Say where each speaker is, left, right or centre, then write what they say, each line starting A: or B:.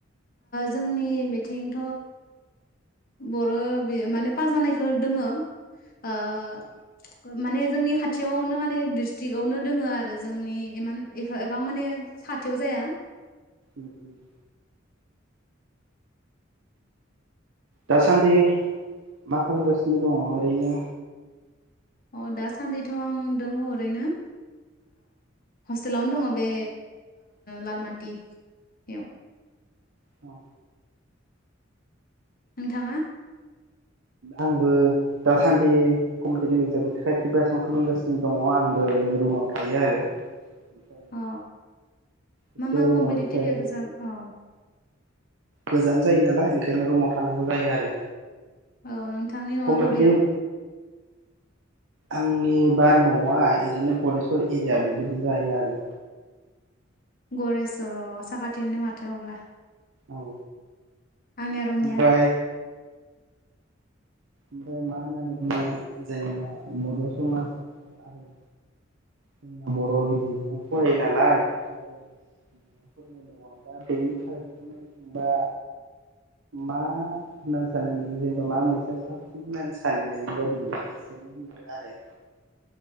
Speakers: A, on the left; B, on the right.
A: जोंनि बिथिंथ बर माने पाजानाय खो दोङो ओ माने जोंनि खाथियावनो माने डिस्ट्रिकआवनो दोङो आरो जोंनि इमान ए एबां माने साथियाव जाया
B: उम उम दासान्दि मा खालामगासिनो दङ ओरैनो
A: अ दासान्दिथ' आं दङ ओरैनो हस्टेलावनो दङ बे लालमाथियाव
B: औ
A: नोंथाङा
B: आंबो दासान्दि कम्पिटिटिभ एगजामनि थाखाय प्रिपेरेसन खालामगासिनो दङ आंबो रुमाव थायो आरो ओमफ्राय
A: अ
B: एसे
A: मा मा कम्पिटिटिभ
B: न'निफ्राय
A: एक्जाम औ
B: गोजान जायो नालाय ओंखायनो रुमाव थानांगौ जायो आरो
A: औ नोंथांनि न'आ
B: कम्पिटिटिभ
A: बबेयाव
B: आंनि बा न'आ ओरैनो गरेस्वर एरिया बेबायदि जायो आरो
A: गरेस्वर' साखाथिनो माथो अब्ला
B: औ
A: आंनिया रङिया
B: ओमफ्राय ओमफ्राय मा होननानै बुङो जेनेबा बर' समाजाव आरो जोंना बर' बिजोंजोंबो फरायो नालाय ओमफ्राय बि फरायनाय दङ दा बेनि फारखौ नायनो थांबा मा होननानै सानो नों जेनेबा मा मोनसे साबसि होननानै सानो नोंनि बायदिा एसे होनो आरो